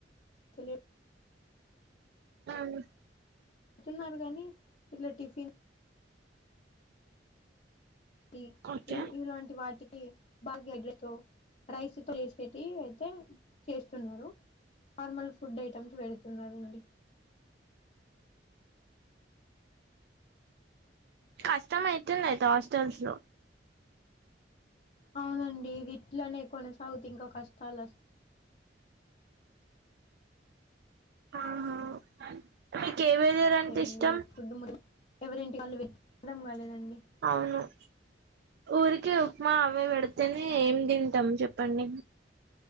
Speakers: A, on the left; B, on the right.
A: త లే వ్
B: అవును
A: తున్నారు గానీ ఇట్లా టిఫిన్ ఇ
B: ఓకే
A: ఇ ఇలాంటి వాటి ఇ <unintelligible> రైస్ తో చేసేటి అయితే చేస్తున్నారు నార్మల్ ఫుడ్ ఐటెమ్స్ పెడుతున్నారండి
B: కష్టం అయితుంది అయితే హాస్టల్స్ లో
A: అవునండి ఇది ఇట్లనే కొనసాగుతే ఇంకా కష్టాలుస్
B: ఆహా ఏ వెదర్ అంటే
A: కె అండి
B: ఇష్టం
A: ఇగ ఫుడ్ <unintelligible> ఎవరింటికి వాళ్ళు అర్ధం కాలేదండి
B: అవును ఊరికే ఉప్మా అవె వెడితేనే ఏం తింటాం చెప్పండి